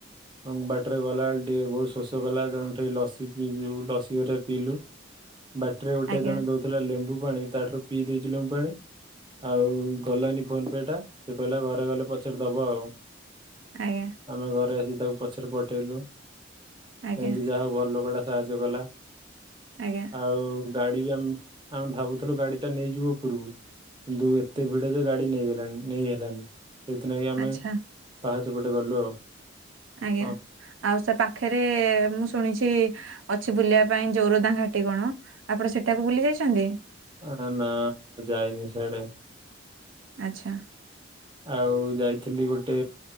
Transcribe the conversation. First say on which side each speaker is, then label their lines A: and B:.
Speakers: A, on the right; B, on the right.
A: ଏବଂ ବାଟରେ ଗଲାବେଳେ ଟିକେ ବହୁତ ଶୋଷ କଲା ତେଣୁଠି ଲସି ପିଇୁ ଲସି ଘୋଟରେ ପିଇଲୁ। ବାଟରେ ଗୋଟେ
B: ଆଜ୍ଞା
A: ଜଣେ ଦଉଥିଲା ଲେମ୍ବୁ ପାଣି ତାଠାରୁ ପିଇ ଦେଇଛି ଲେମ୍ବୁ ପାଣି ଆଉ ଗଲାନି ଫୋନ ପେ ଟା ସେଏ କହିଲା ଘରେ ଗଲେ ପଛରେ ଦବ ଆଉ।
B: ଆଜ୍ଞା।
A: ଆମେ ଘରେ ଆସିିକି ତାକୁ ପଛରେ ପଠେଇଲୁ
B: ଆଜ୍ଞା
A: ଏମିତି ଯାହା ହଉ ଭଲ କଡା। ସାହାଯ୍ୟ କଲା
B: ଆଜ୍ଞା
A: ଆଉ ଗାଡି ବି ଆମ ଆମେ ଭାବୁଥିଲୁ ଗାଡି ଟା ନେଇଯିବୁ ଉପରକୁ। କିନ୍ତୁ ଏତେ ଭିଡରେ ଗାଡି ନେଇହେଲାଣି ନେଇ ହେଲଣିି। ସେଇଥିଲାଗି ଆମେ
B: ଆଚ୍ଛା
A: ପାହାଚପଟେ ଗଲୁ ଆଉ।
B: ଆଜ୍ଞା
A: ହଁ
B: ଆଉ ସେ ପାଖରେ ମୁଁ ଶୁଣିଛି ଅଛି ବୁଲିବା ପାଇଁ ଜୋରଦା ଘାଟି କଣ ଆପଣ ସେଠାକୁ ବୁଲି ଯାଇଛନ୍ତି?
A: ଆରେ ନାଁ ଯାଇନି ସିଆଡେ।
B: ଆଚ୍ଛା।
A: ଆଉ ଯାଇଥିଲି ଗୋଟେ